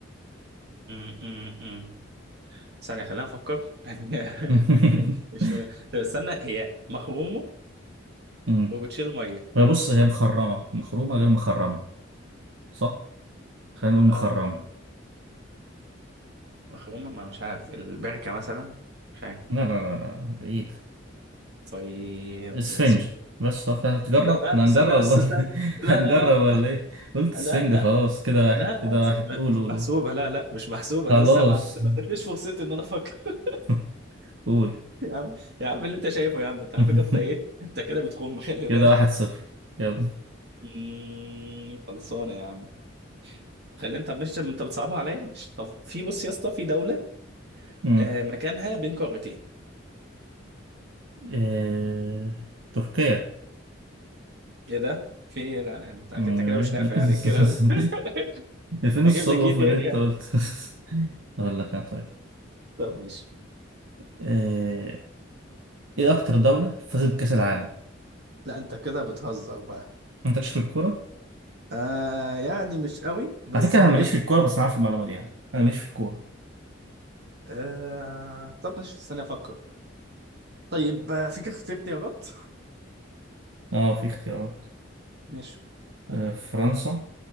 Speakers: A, on the right; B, on the right.
A: <laughs> ثانية خلينا نفكر <laughs>
B: <laughs>
A: مش طب استنى هي مخرومة
B: مم.
A: وبتشيل مية
B: هي بص هي مخرمة مخرومة غير مخرمة صح؟ خلينا نقول
A: أم،
B: مخرمة
A: مخرومة ما مش عارف البركة مثلا مش عارف
B: لا لا لا لا بعيد
A: طيب
B: اسفنج
A: يا سيدي
B: بس خلاص هتجرب
A: لا لا
B: احنا
A: استنى
B: هنجرب
A: بس
B: ولا
A: استنى
B: <laughs>
A: لا
B: هنجرب
A: لا
B: ولا ايه قلت اسفنج
A: لا لا لا
B: خلاص كده واحد
A: لا
B: كده
A: لا
B: واحد قول
A: م- مش
B: قول
A: محسوبة
B: قول
A: لا لا مش محسوبة
B: خلاص
A: أنا لسه ما أنت ما ادتنيش فرصتي إن أنا أفكر
B: <laughs> قول
A: <laughs> يا عم يا عم اللي أنت شايفه يا عم أنت على
B: <laughs>
A: فكرة أنت إيه أنت كده بتخم خلي
B: كده
A: بالك
B: واحد صفر يلا
A: مم، خلصانة يا عم خلي أنت مش أنت بتصعبها عليا مش طب في بص يا اسطى في دولة
B: مم.
A: آه، مكانها بين قارتين
B: إيه... تركيا
A: يا ده في إيه؟ لا لا انت انت
B: مم.
A: كده مش نافع
B: <laughs>
A: يعني الكلام ده. <laughs>
B: فين الصوبة
A: هجيب لك ايه تاني
B: ولا انت
A: يعني
B: قلت <laughs> اقول لك انا طيب
A: طب ماشي
B: إيه... ايه اكتر دولة فازت بكأس العالم
A: لا انت كده بتهزر بقى
B: انت مالكش في الكورة
A: آه يعني مش قوي بس
B: على فكرة انا
A: هجيبها
B: ماليش في الكورة بس انا عارف المعلومة دي يعني انا ماليش في الكورة
A: آه طب مش استنى افكر طيب آه، فيك اختيار اختيارات
B: اه في اختيارات
A: ماشي
B: آه، فرنسا